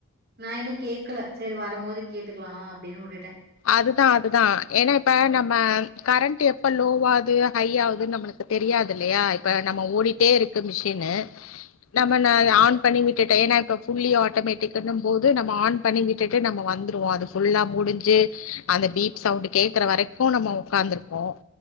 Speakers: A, on the right; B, on the left.
A: நா இன்னு கேக்கல சேரி வரம் போது கேட்டுக்கலா அப்டின்னு வுட்டுட்டே
B: அதுதா அதுதா ஏனா இப்ப நம்ம கரண்ட் எப்ப லோவாது ஹை ஆகுதுன் நம்ளுக் தெரியாது இல்லயா இப்ப நம்ம ஓடிட்டே இருக்கு மிஷினு நம்ம நா ஆன் பண்ணி விட்டுட்டே ஏனா இப்ப புல்லி ஆட்டோமேட்டிக்னும் போது நம்ம ஆன் பண்ணிவிட்டுட்டு நாம வந்துருவோ அது ஃபுல்லா முடுஞ்சு அந்த பீப் சவுண்ட் கேக்கற வரைக்கு நம்ம உக்காந்துருக்கோ